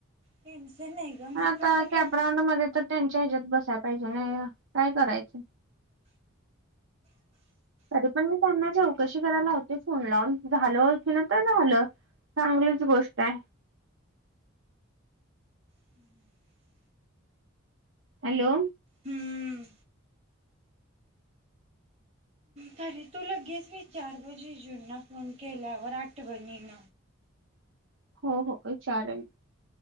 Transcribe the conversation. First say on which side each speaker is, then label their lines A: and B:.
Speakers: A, on the right; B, on the right.
A: टेन्शन नाही, ग म्हणजे
B: हा आता
A: खर्च
B: कॅपराऊंड
A: केव
B: मध्ये, तर त्यांच्या ह्याच्यात बसायाला पाहिजे, नाही काय करायचं, तरी पण मी त्यांना चौकशी करायला लावते फोन लावून, झालो ओळखीने तर झालं, चांगलीच गोष्ट आहे,
A: <unintelligible>
B: हॅलो?
A: हम्म, तरी तू लगेच विचार ग जीजू ना, फोन केल्यावर आठवणीन,
B: हो, हो, विचारेन,